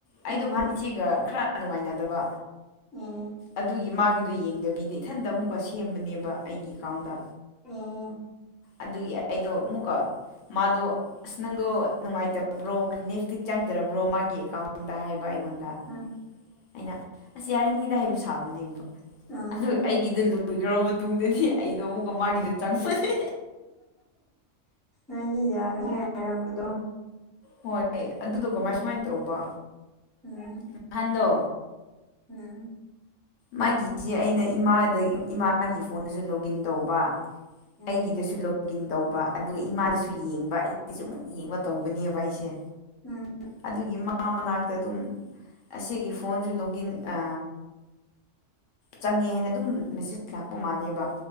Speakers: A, on the left; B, in the centre.
A: ꯑꯩꯗꯣ
B: ꯎꯝ
A: ꯅꯍꯥꯟ ꯏꯆꯦꯒ ꯈꯔ ꯅꯨꯡꯉꯥꯏꯅꯗꯕ
B: ꯎꯝ
A: ꯑꯗꯨꯒꯤ ꯃꯥꯒꯤ ꯑꯗꯨ ꯌꯦꯡꯗꯕꯤꯗ ꯏꯊꯟꯇ ꯑꯃꯨꯛꯀ ꯁꯦꯝꯕꯅꯦꯕ ꯑꯩꯒꯤ ꯑꯦꯀꯥꯎꯟꯗ
B: ꯑꯥ
A: ꯑꯗꯨꯒꯤ ꯑꯩꯗꯣ ꯑꯃꯨꯛꯀ ꯃꯥꯗꯣ ꯑꯁ ꯅꯪꯗꯣ ꯅꯨꯡꯉꯥꯏꯇꯕ꯭ꯔꯣ <unintelligible> ꯇꯤ ꯆꯪꯗ꯭ꯔꯕ꯭ꯔꯣ ꯃꯥꯒꯤ ꯑꯦꯀꯥꯎꯟꯗ ꯍꯥꯏꯕ ꯕ ꯑꯩꯉꯣꯟꯗ
B: ꯎꯝ
A: ꯑꯩꯅ ꯑꯁ ꯌꯥꯔꯤꯅꯤꯗ ꯍꯥꯏꯕꯨ ꯁꯥꯕꯅꯦꯕ
B: ꯎꯝ
A: ꯑꯗꯨ ꯑꯩꯒꯤꯗ ꯂꯣꯏꯈ꯭ꯔꯕ ꯃꯇꯨꯡꯗꯗꯤ ꯑꯩꯗꯣ ꯑꯃꯨꯛꯀ ꯃꯥꯒꯤꯗ ꯆꯪꯕꯅꯦ
B: ꯅꯪꯗꯤ ꯌꯥꯔꯅꯤ ꯍꯥꯏꯔꯝꯕꯗꯣ
A: ꯍꯣꯏ ꯑꯗꯨꯗꯣ ꯀꯃꯥꯏ ꯁꯨꯃꯥꯏ ꯇꯧꯕ
B: ꯎꯝ
A: ꯅꯍꯥꯟꯗꯣ
B: <unintelligible>
A: ꯃꯥꯒꯤꯁꯦ ꯑꯩꯅ ꯏꯃꯥꯗ ꯏꯃꯥꯒꯤ ꯐꯣꯟꯗꯁꯨ ꯂꯣꯒꯤꯟ ꯇꯧꯕ
B: ꯎꯝ
A: ꯑꯩꯒꯤꯗꯁꯨ ꯂꯣ ꯒꯤꯟ ꯇꯧꯕ ꯑꯗꯨꯒ ꯏꯃꯥꯗꯁꯨ ꯌꯦꯡꯕ ꯑꯩꯗꯁꯨ ꯑꯃꯨꯛ ꯌꯦꯡꯕ ꯇꯧꯕꯅꯦꯕ ꯑꯩꯁꯦ
B: ꯎꯝ
A: ꯑꯗꯨꯒꯤ ꯃꯥ ꯃꯥ ꯃꯅꯥꯛꯇ ꯑꯗꯨꯝ ꯑꯁꯤꯒꯤ ꯐꯣꯟꯁꯨ ꯂꯣꯛꯒꯤꯟ ꯑ ꯆꯪꯉꯦ ꯍꯥꯏꯅ ꯑꯗꯨꯝ ꯃꯦꯁꯦꯖ ꯂꯥꯛꯄ ꯃꯥꯜꯂꯦꯕ